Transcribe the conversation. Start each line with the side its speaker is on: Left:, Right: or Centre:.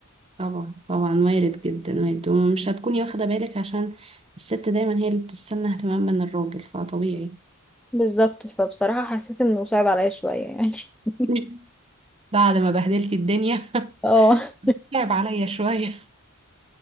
Right: طبعا طبعا وارد جدا وارد ومش هتكوني واخدة بالك عشان الست دايما هي اللي بتستنى اهتمام من الراجل فطبيعي
Centre: بالظبط فبصراحة حسيت انه صعب عليا شوية يعني <laughs>
Right: <laughs> بعد ما بهدلتي الدنيا
Centre: اه
Right: <laughs> تعب عليا شوية